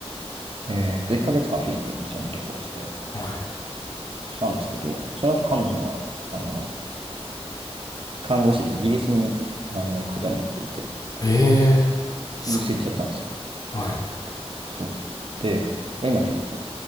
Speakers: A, on the right (about 55°); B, on the left (about 35°).
A: えっと、1ヶ月間フィリピン一緒に旅行して、
B: はい。
A: したんですけど、その後彼女は、あの、看護師でイギリスに、あの、行くことになっていて、
B: ええ、す
A: イギリス行っちゃったんですよ。
B: ごい。はい。
A: そう。で、まあ今ちょっと